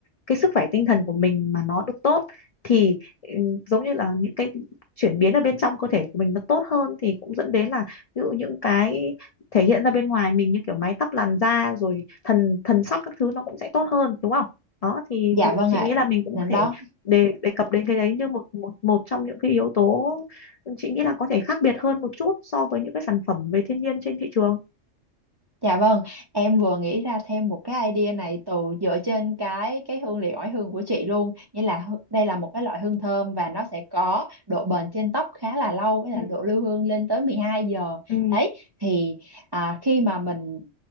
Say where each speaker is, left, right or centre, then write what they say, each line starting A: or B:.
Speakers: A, on the left; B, on the right.
A: cái sức khỏe tinh thần của mình mà nó được tốt thì ừm, giống như là những cái chuyển biến ở bên trong cơ thể của mình nó tốt hơn thì cũng dẫn đến là ví dụ những cái thể hiện ra bên ngoài mình như kiểu mái tóc làn da rồi thần thần sắc các thứ nó cũng sẽ tốt hơn đúng không đó thì
B: dạ
A: thì
B: vâng
A: chị
B: ạ.
A: nghĩ là mình cũng có thể
B: Đó
A: đề đề cập đến cái đấy như một một một trong những cái yếu tố chị nghĩ là có thể khác biệt hơn một chút so với những cái sản phẩm về thiên nhiên trên thị trường
B: Dạ vâng, em vừa nghĩ ra thêm một cái idea này từ dựa trên cái cái hương liệu oải hương của chị luôn. Nghĩa là hư- đây là một cái loại hương thơm và nó sẽ có độ bền trên tóc khá là lâu, với là
A: ừ
B: độ lưu hương lên tới 12 giờ.
A: ừ
B: Đấy, thì à, khi mà mình